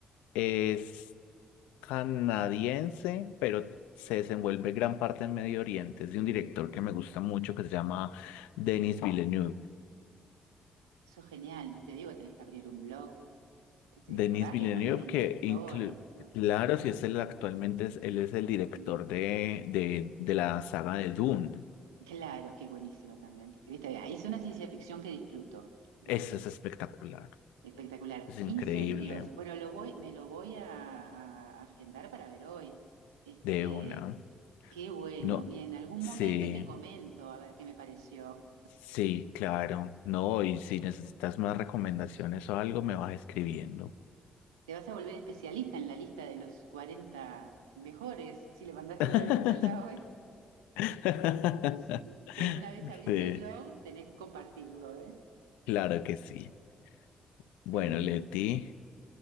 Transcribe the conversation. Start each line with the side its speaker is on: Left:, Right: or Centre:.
Left: Es canadiense, pero
Right: Ok.
Left: se desenvuelve gran parte en Medio Oriente. Es de un director que me gusta mucho que se llama Denis Villeneuve.
Right: Eso es genial, no te digo, tenés que abrir un blog. ¿Te, te
Left: Denis
Right: acordás
Left: Villeneuve
Right: de los nombres de directores?
Left: que inclu-
Right: Todo.
Left: Claro, si es el actualmente, es- él es el director
Right: Genial.
Left: de, de, de la saga de Dune.
Right: Claro, que es buenísima también. ¿Viste? Ahí es una ciencia ficción que disfruto. ¿Viste?
Left: Eso es espectacular.
Right: Espectacular.
Left: Es increíble.
Right: Incendios. Bueno, lo voy, me lo voy a, a a agendar para ver hoy. Este,
Left: De una.
Right: qué bueno.
Left: No.
Right: Y en algún
Left: Sí,
Right: momento te comento a ver qué me pareció.
Left: sí, claro. No, y si necesitas más recomendaciones o algo, me vas escribiendo.
Right: Te vas a volver especialista en la lista de los 40 mejores. Si le mandaste
Left: <laughs>
Right: a un amigo ya hoy.
Left: <laughs>
Right: Si, si alguna vez abrís
Left: Sí,
Right: el blog, tenés que compartirlo, ¿eh?
Left: claro que sí.
Right: Qué
Left: Bueno,
Right: bueno.
Left: Leti,